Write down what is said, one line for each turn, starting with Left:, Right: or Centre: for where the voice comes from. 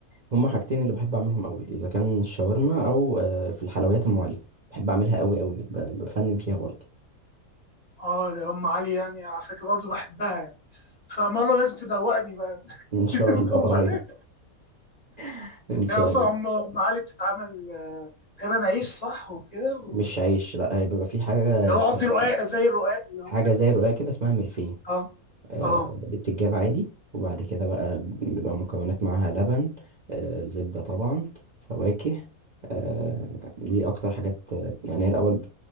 Right: هما حاجتين اللي بحب اعملهم قوي اذا كان الشاورما او آه، في الحلويات ام علي بحب اعملها قوي قوي ب- بفنن فيها برضه
Left: اه ده ام علي يعني على فكره برضه بحبها يعني فمره لازم تدوقني بقى
Right: ان شاء
Left: <laughs>
Right: الله
Left: ام
Right: قريب
Left: علي
Right: <laughs> ان شاء
Left: هي اصلا
Right: الله
Left: ام أم علي بتتعمل آه، تقريبا عيش صح وكده و-
Right: مش عيش لا آه، بيبقى في حاجه
Left: اللي هو
Right: اسمها
Left: قصدي رقاق زي الرقاق اللي هو
Right: حاجه زي رقاق كده اسمها ملفيه
Left: اه
Right: آه،
Left: اه
Right: دي بتتجاب عادي وبعد كده بقى بيبقى مكونات معاها لبن آه، زبدة طبعا فواكه آه، دي أكتر حاجات آه، يعني هي الأول